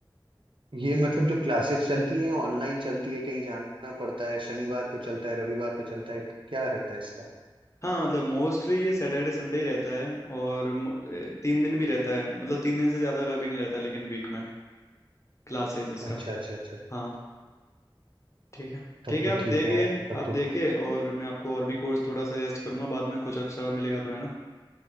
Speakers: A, on the right; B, on the left.
A: ये मतलब जो क्लासेस चलती हैं ऑनलाइन चलती है कहीं जाना पड़ता है शनिवार को चलता है रविवार को चलता है क्या रहता है इसका
B: हाँ मतलब मोस्टली ये सैटरडे संडे ही रहता है और मो- ए, तीन दिन भी रहता है मतलब तीन दिन से ज़्यादा कभी नहीं रहता लेकिन वीक में क्लासेस इसका
A: अच्छा अच्छा अच्छा
B: हाँ ठीक है
A: तब
B: ठीक
A: तो
B: है आप
A: ठीक
B: देखिए
A: है यार तब
B: आप
A: तो
B: देखिए और मैं आपको और भी कोर्स थोड़ा सजेस्ट करूंगा बाद में कुछ अच्छा मिलेगा तो है ना